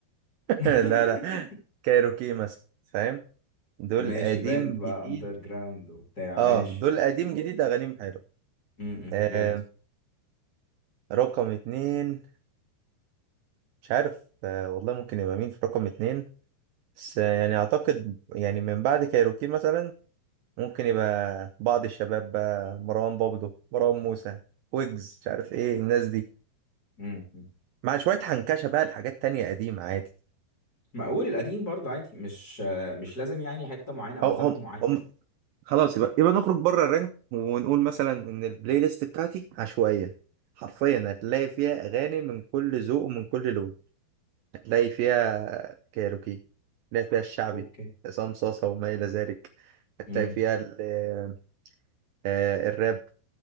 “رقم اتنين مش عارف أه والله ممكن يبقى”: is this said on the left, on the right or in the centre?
Right